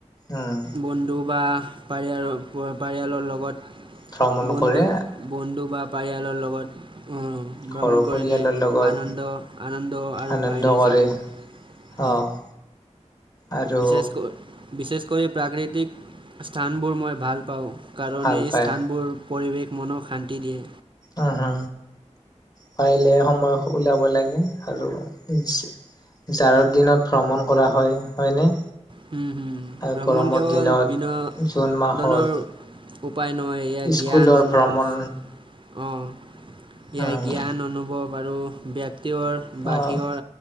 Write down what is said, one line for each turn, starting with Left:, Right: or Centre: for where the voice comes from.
Left: উম
Right: বন্ধু বা পাৰি আৰু প পাৰিয়ালৰ লগত,
Left: ভ্ৰমণ
Right: বন্ধু,
Left: কৰে
Right: বন্ধু বা পাৰিয়ালৰ লগত
Left: ঘৰৰ
Right: ভ্ৰমণ কৰিলে
Left: পৰিয়ালৰ লগত
Right: আনন্দ, আনন্দ আৰু
Left: আনন্দ
Right: বাহিৰে
Left: কৰে
Right: যাওঁ
Left: অ' আৰু
Right: বিশেষ ক, বিশেষ কৰি প্ৰাকৃতিক স্থানবোৰ মই ভাল পাওঁ। কাৰণ
Left: ভাল
Right: এই
Left: পায়
Right: স্থানবোৰ পৰিৱেশ মনক শান্তি দিয়ে
Left: উম-হু, পাৰিলে সময় ওলিয়াব লাগে, আৰু জা- জাৰৰ দিনত ভ্ৰমণ কৰা হয়, হয়নে?
Right: হু, হু,
Left: আৰু
Right: ভ্ৰমণ
Left: গৰমৰ
Right: কেৱল
Left: দিনত
Right: বিন
Left: জুন মাহত
Right: দনৰ উপায় নহয়, এয়া
Left: স্কুলৰ
Right: জ্ঞান অনুভৱ।
Left: ভ্ৰমণ
Right: অ' এয়াই
Left: উম,
Right: জ্ঞান অনুভৱ আৰু ব্যক তিৰ বাহিৰৰ
Left: অ',